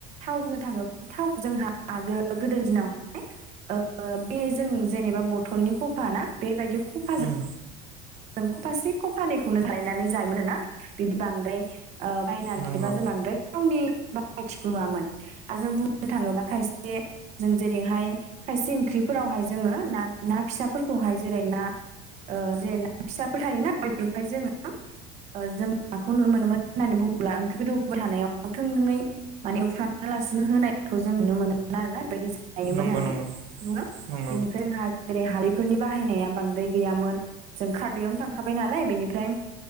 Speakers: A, on the right; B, on the right.
A: थाव होनो थां <inaudible> थाव जोंहा आगोलाव गोदोनि दिनावहाय ओ बे जों जेनेबा बथलनि खफा ना बेबायदि खफाजों
B: उम
A: खफासे खपानैखौनो गायनानै जायोमोन आरोना। बिदि बांद्राय ओ बायनानैबा
B: नंगौ
A: जों बांद्राय थावनि <inaudible> आरो जों बुंनो थाङोबा खायसे जों जेरैहाय खायसे ओंख्रिफोरावहाय जोङो ना ना फिसाफोरखौहाय जेरै ना ओ जेन फिसाफोर थायोना बेफोरखौहाय जोङो ओ जों माखौ नुनो मोनोमोन होननानै बुङोब्ला ओंख्रि गोदौबाय थानायाव थोंजोङै माने उफ्रामालासिनो होनायखौ जों नुनो मोनोमोन आरोना बेबायदि जायोमोन
B: नंगौ
A: होननानै
B: नंगौ
A: बुङो
B: नंगौ
A: बेनिफ्राय जोंहा जेरै हालैफोरनि बाहायनाया बांद्राय गैयामोन। जों खारदैआवनो थांखाबाय नालाय बेनिफ्राय